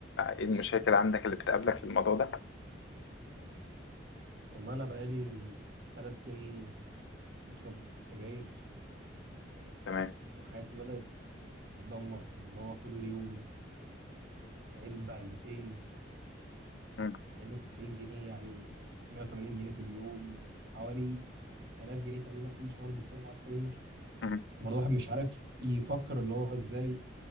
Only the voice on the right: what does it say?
والله انا بقالي ثلاث سنين بشرب سجاير
وحياتي بدات تتدمر اللي هو كل يوم علبه علبتين
علبه ب 90 جنيه يعني 180 جنيه في اليوم حوالي 6000 جنيه تقريبا كل شهر بيتصرفوا على السجاير
برضه الواحد مش عارف يفكر اللي هو ازاي